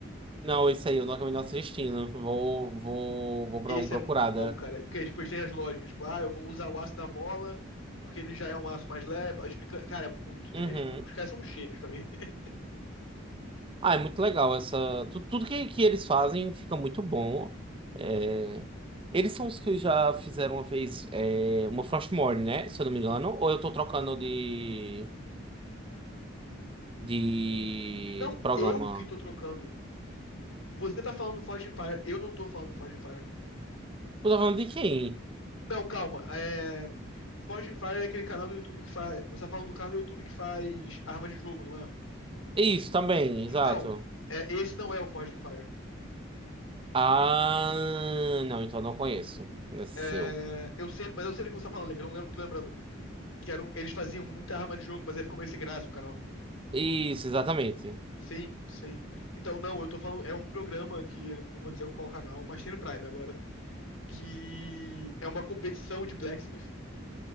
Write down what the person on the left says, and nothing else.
Esse
é muito bom, cara. Porque depois tem as lógicas, tipo, ah, eu vou usar o aço da mola porque ele já é um aço mais leve. Explica... Cara, é muito.
É, tipo, os caras são gênios pra mim. <laughs>
Não,
eu que tô trocando. Você tá falando do Forging Fire, eu não tô falando do Forging Fire.
Não, calma. É... Forging Fire é aquele canal do YouTube que faz. Você tá falando do canal do YouTube que faz arma de jogo, não é?
Então,
é, esse não é o Forging Fire.
É, eu sei, mas eu sei do que você tá falando, que eu não lembro, tô lembrando. Que era um- eles faziam muita arma de jogo, mas aí ficou meio sem graça o canal.
Sim, sim. Então, não, eu tô falando, é um programa que eu não vou dizer qual canal, mas tem no Prime agora, que é uma competição de blacksmith,